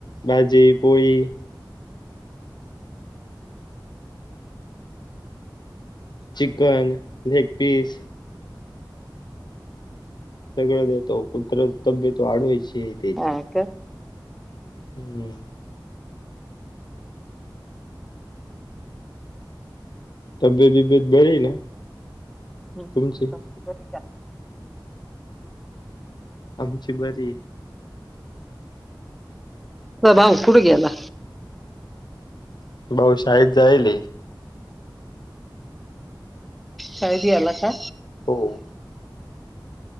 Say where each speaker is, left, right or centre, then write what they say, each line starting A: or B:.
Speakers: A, on the left; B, in the centre.
A: भाजी पोळी चिकन लेग पीस सगळं देतो कुत्र तब्येत वाढवायची त्याची
B: हा का
A: हम्म. तब्येत विबेत बरी ना?
B: हम्म
A: तुमची
B: बरी का?
A: आमची बरी.
B: तुझा भाऊ कुड गेला?
A: भाऊ शाळेत जाईल
B: शाळेत याला का
A: हो.